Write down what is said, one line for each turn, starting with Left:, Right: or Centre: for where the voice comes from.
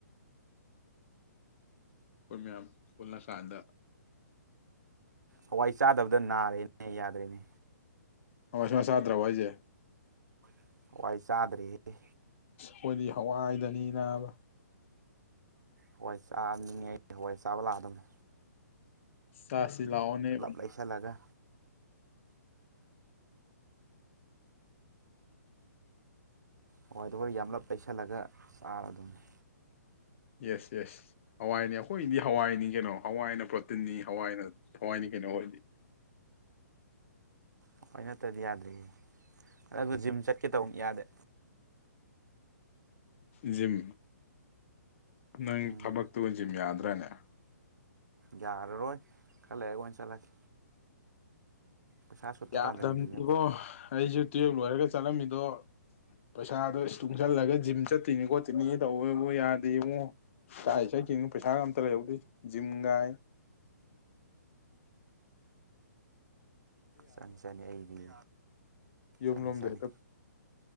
Left: ꯑꯩꯈꯣꯏ ꯃꯌꯥꯝ ꯄꯨꯜꯂ ꯀꯥꯟꯗ
Right: ꯍꯋꯥꯏ ꯆꯥꯗꯕꯗ ꯅꯥꯔꯦꯅꯦ ꯌꯥꯗ꯭ꯔꯦꯅꯦ
Left: ꯍꯋꯥꯏ ꯁꯨꯡꯆꯥ ꯆꯥꯗꯔ꯭ꯕꯣ ꯍꯥꯢꯁꯦ
Right: <unintelligible> ꯆꯥꯗꯔ꯭ꯦꯍꯦ
Left: ꯈꯣꯏꯗꯤ ꯍꯋꯥꯏꯗꯅꯤꯅꯥꯕ
Right: ꯍꯋꯥꯏ ꯆꯥꯅꯤꯡꯉꯦ ꯍꯋꯥꯏ ꯆꯥꯕ ꯂꯥꯛꯑꯗꯝꯅꯤ
Left: ꯆꯥꯁꯤ ꯂꯥꯛꯑꯣꯅꯦ <unintelligible>
Right: ꯂꯩꯁꯜꯂꯒ ꯍꯋꯥꯏꯗꯣ ꯈꯔꯥ ꯌꯥꯝꯂꯞ ꯂꯩꯩꯁꯜꯂꯒ ꯆꯥꯔꯗꯝꯅꯤ
Left: ꯌꯦꯁ ꯌꯦꯁ ꯍꯋꯥꯏꯅꯤ ꯑꯩꯈꯣꯏꯗꯤ ꯍꯋꯥꯏꯅꯤ ꯀꯩꯅꯣ ꯍꯋꯥꯏꯅ ꯄ꯭ꯔꯣꯇꯤꯟꯅꯤ ꯍꯋꯥꯏꯅ ꯊꯋꯥꯏꯅꯤ ꯀꯩꯅꯣ <unintelligible>
Right: ꯍꯋꯥꯏ ꯅꯠꯇꯔꯥꯗꯤ ꯌꯥꯗꯔ꯭ꯦꯍꯦ ꯑꯗꯨ ꯖꯤꯝ ꯆꯠꯀꯦ ꯇꯧꯅꯤ ꯌꯥꯗꯦ
Left: ꯖꯤꯝ ꯅꯪ
Right: ꯎꯝ
Left: ꯊꯕꯛꯇꯨꯒ ꯖꯤꯝ ꯌꯥ <unintelligible>
Right: ꯌꯥꯔꯔꯣꯏ ꯈꯔ ꯂꯩꯔꯒꯥ ꯑꯣꯏꯅꯥ ꯆꯠꯂꯒꯦ ꯄꯩꯁꯥꯁꯨ ꯑꯝꯇ
Left: ꯌꯥꯗꯕꯅꯤꯕꯣ
Right: ꯇꯥꯟꯖꯟꯈꯤꯒꯦ ꯑꯝꯇ
Left: ꯑꯩꯁꯨ ꯇꯨꯌꯦꯜꯞ ꯂꯣꯏꯔꯒ ꯆꯠꯂꯝꯃꯤꯗꯣ ꯄꯩꯁꯥꯗꯣ ꯇꯨꯡꯁꯤꯜꯂꯒ ꯖꯤꯝ ꯆꯠꯇꯣꯏꯅꯤ ꯈꯣꯠꯇꯤꯅꯤ ꯇꯧꯕꯕꯨ ꯌꯥꯗꯦ ꯌꯦꯡꯉꯣ ꯇꯥꯛꯏ ꯆꯠꯀꯅꯣ ꯄꯩꯁꯥꯒ ꯑꯝꯇ ꯂꯩꯍꯧꯗꯦ ꯖꯤꯝꯒꯥꯏ
Right: ꯆꯪꯅꯤ ꯆꯠꯅꯤ ꯑꯩꯗꯤ
Left: ꯌꯨꯝ
Right: ꯆꯅꯤ
Left: ꯂꯣꯝꯗ
Right: ꯆꯅꯤ